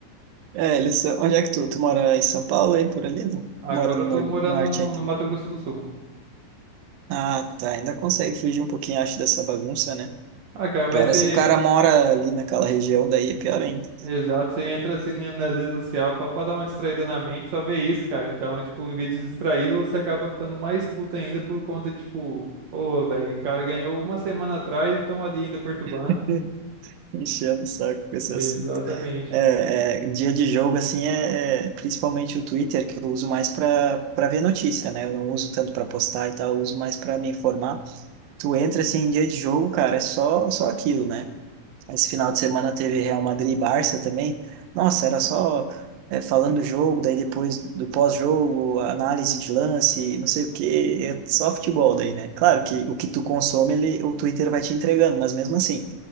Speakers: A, on the right; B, on the right.
A: É, eles, são- onde é que tu, tu mora em São Paulo aí, por ali, não?
B: Agora
A: Mora no
B: eu tô
A: nor-
B: morando
A: norte
B: no,
A: ainda.
B: no Mato Grosso do Sul.
A: Ah, tá, ainda consegue fugir um pouquinho, acho, dessa bagunça, né?
B: Ah, cara, mas
A: Pior
B: você
A: é se o cara mora ali naquela região, daí é pior ainda.
B: Exato, você entra assim nas redes sociais só pra dar uma distraída na mente, só ver isso, cara. Então, tipo, em vez de se distrair, você acaba ficando mais puto ainda por conta de, tipo, ô, velho, o cara ganhou uma semana atrás e estão ali ainda perturbando.
A: <laughs> Enchendo o saco com esse
B: Exatamente.
A: assunto. É, é, dia de jogo, assim, é, é principalmente o Twitter, que eu uso mais para para ver notícia, né? Eu não uso tanto para postar e tal, eu uso mais para me informar. Tu entra, assim, em dia de jogo, cara, é só, só aquilo, né? Esse final de semana teve Real Madrid e Barça também. Nossa, era só é, falando do jogo, daí depois do pós-jogo, análise de lance, não sei o quê, é só futebol daí, né? Claro que o que tu consome, ele, o Twitter vai te entregando, mas mesmo assim